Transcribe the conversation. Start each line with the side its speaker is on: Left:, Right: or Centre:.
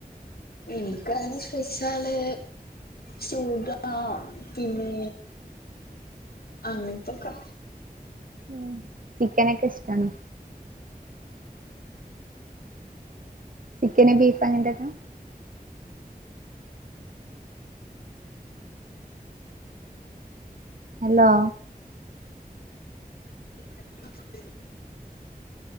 Left: ഇൻകങ്ങനെ ഇഷ്ടാ ചോയ്ച്ചാല് സൂദ പിന്നെ അങ്ങനത്തൊക്കെ
Right: ഉം ചിക്കനൊക്കെ ഇഷ്ടാണ്. ചിക്കന് ബീഫ് അങ്ങനെത്തൊക്കെ. ഹലോ!
Left: <inaudible>